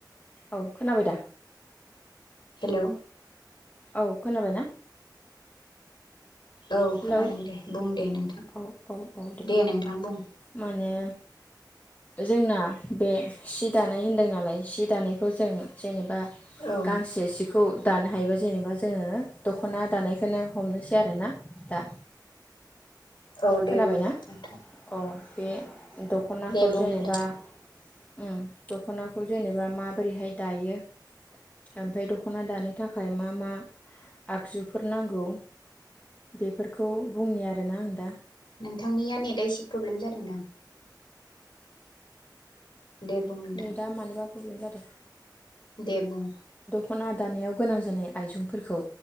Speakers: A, on the left; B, on the left.
A: औ खोनाबाय दा?
B: हेलौ
A: औ खोनाबाय ना?
B: औ
A: हेलौ
B: खोनादों दे बुं दे नोंथां
A: औ औ औ
B: दे नोंथां बुं
A: माने जोंना बे सि दानाय होनदों नालाय सि दानायखौ जों जेनेबा
B: औ
A: गांसे सिखौ दानो हायोबा जेनेबा जोङो दखना दानायखोनो हमनोसै आरो ना दा
B: औ दे
A: खोनाबायना
B: बुं नोंथां।
A: अ बे दखनाखौ
B: दे बुं
A: जेनेबा
B: नोंथां
A: उम दखनाखौ जेनेबा माबोरैहाय दायो ओमफ्राय दखना दानो थाख थाखाय मा मा? आगजुफोर नांगौ बेफोरखौ बुंनि आरोना आं दा
B: नोंथांनिया नेट <unintelligible> प्रब्लेम जादों दां। दे बुं नोंथां।
A: नै दा मानोबा प्रब्लेम जादो।
B: दे बुं।
A: खना दानायाव गोनां जानाय आइजुंफोरखौ